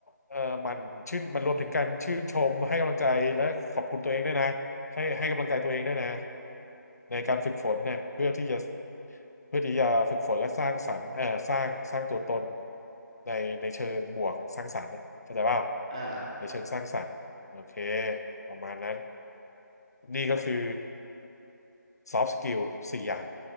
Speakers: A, on the left; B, on the right.
A: เออมันชื่นมันรวมถึงการชื่นชมให้กำลังใจและขอบคุณตัวเองด้วยนะให้ให้กำลังใจตัวเองด้วยนะในการฝึกฝนเนี่ยเพื่อที่จะเพื่อที่จะฝึกฝนและสร้างสรรค์เอ่อสร้างสร้างตัวตนในในเชิงบวกสร้างสรรค์นะเข้าใจเปล่า
B: เออ
A: ในเชิงสร้างสรรค์โอเคประมาณนั้นนี่ก็คือ ซอฟต์สกิลสี่อย่าง